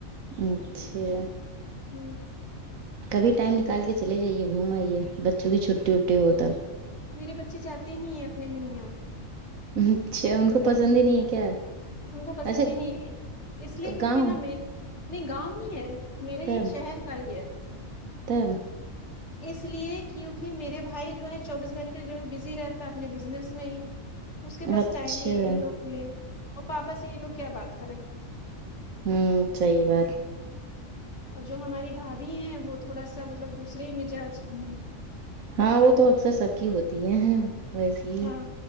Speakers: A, on the right (about 85°); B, on the left (about 55°).
A: اچھا
B: ہ
A: کبھی ٹائم نکال کے چے جائیے گھومائیے بچوں کی چھٹی وٹٹی ہو تو
B: میرے بچے جاتے نہیں ہیں اپنے ننھیال
A: اچھا ان کو پسند ہی نہیں ہے کیا
B: ان کو پسند
A: اچھا
B: ہی نہیں ہے اس لیے کیونکہ
A: گاؤں
B: نا میں نہیں گاؤں ہی ہے میرے
A: تب
B: یہ شہر کا ہی ہے
A: تب
B: اس لیے کیونکہ میرے بھائی جو ہے چوبیس گھنٹے جو ہے بزی رہتا ہے اپنے بزنس میں ہی اس کے پاس
A: اچھا
B: ٹائم نہیں ہے ان لوگوں کے لیے اور پاپا سے یہ لوگ کیا بات کریں
A: ہوں صحیح بات ہے
B: اور جو ہماری بھابھی ہیں وہ تھوڑا سا مطلب دوسرے ہی مزاج کی ہیں
A: ہاں وہ تو اکثر سب کی ہوتی ہے ویسی ہی
B: ہاں